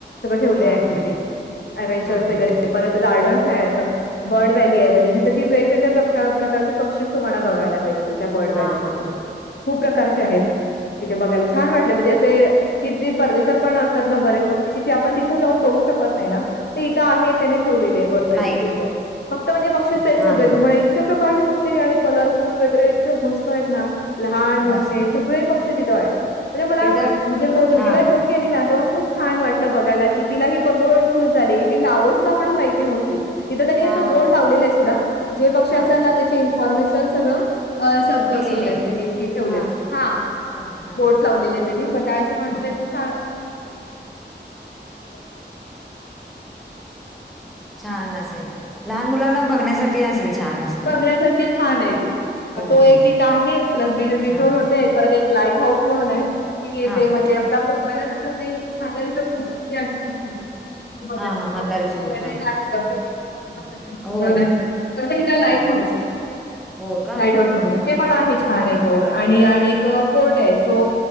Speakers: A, on the left; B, in the centre.
A: सगळं ठेवलय
B: हां,
A: ऍक्टिव्हिटीज,
B: हां, हां.
A: ऍडव्हेंचर्स
B: हां, हां,
A: वगैरे
B: हां.
A: परत गार्डन्स आहेत. बर्ड व्हॅली आहे म्हणजे तिथे ती वेगवेगळ्या प्रकारचे पक्षीस तुम्हाला बघायला मिळ त्या बर्ड
B: हां,
A: व्हॅली
B: हां,
A: मध्ये
B: हां.
A: खूप प्रकारचे आहेत तिथे बघायला छान वाटलं म्हणजे असे कि ते परदेशात पण असतात ना बरेच पक्षी की जे आपण तिथं जाऊन बघू शकत नाही ना ते इथं आहे त्यांनी ठेवलेली आहे बर्ड व्हॅली
B: नाही
A: पूर्ण
B: का?
A: फक्त म्हणजे पक्षीच
B: हां,
A: आहेत
B: हां,
A: सगळे
B: हां.
A: तुम्हा
B: हां.
A: इतक्या प्रकारचे पक्षी आणि कलरफुल वगैरे इतके मस्त आहेत ना लहान मोठे
B: मस्त.
A: सगळे पक्षी तिथ आहे म्हणजे मला
B: तिथं
A: म्हणजे मुलगीला
B: हां.
A: घेऊन गेली ना तेव्हा खूप छान वाटलं बघायला की तिला ही बघवून खुश झाली ती नावं सुद्धा मला माहिती नव्हती. तिथं त्यांनी
B: हां,
A: असं बोर्ड
B: हां.
A: लावलेलं आहे सोडा, जे पक्षी
B: हां.
A: असाल ना त्याची इन्फॉर्मेशन सगळं अस बसवल्यात
B: दिलेली आहे.
A: त्यांनी तिकीट ठेवलेत
B: हां, हां.
A: हा
B: सगळे. हां.
A: बो च लावले त्यांनी म त्या. <unintelligible>
B: छान असेल लहान मुलाला बघण्यासाठी
A: हा
B: असेल छान मस्
A: बघण्यासारखी छान आहे ते. तर तो
B: हो,
A: एक
B: हो,
A: तिथं
B: हो.
A: आहे प्लस बीज बिचवर
B: हां,
A: होतेय परत एक लाईट हाऊस म्हणून आहे की
B: हां,
A: ते म्हणजे त्याला मोंबईला <unintelligible> माजारीचत. <unintelligible> की बघा
B: हां, हां, म्हातारीचं
A: <unintelligible> मुंबई.
B: बूट हां,
A: <unintelligible> <unintelligible>
B: हां. हो, हो.
A: तसं इथं लाईट
B: हां,
A: हाऊस आहे.
B: हो का?
A: लाईट हाऊस म्हणून आहे ते पण आहे छान
B: हां,
A: आहे. <unintelligible> आणि आणि क कोर्ट आहे जो